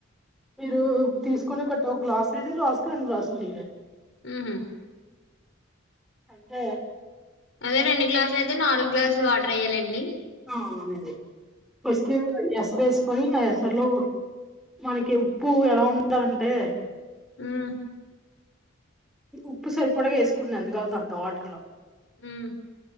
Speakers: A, in the centre; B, on the left.
A: మీరు తీసుకునే బట్టు. ఒక గ్లాస్ ఇది, గ్లాస్ కి రెండు గ్లాస్ నీరే.
B: ఉమ్ హు
A: అంటే
B: అదే రెండు గ్లాసులు అయితే, నాలుగు గ్లాసులు వాటర్ వేయ్యాలండి.
A: ఆ అవునండి ఫస్ట్ ఏమైనా ఎస్సరేస్ట్ పోయినా ఏ ఎస్సర్ లో. మనకి ఉప్పు ఎలా ఉండాలంటే.
B: మ్మ్
A: ఉప్పు సరిపడగా వేసుకుండి. ఎంతగాల్త అంత వాటర్ లో
B: ఉమ్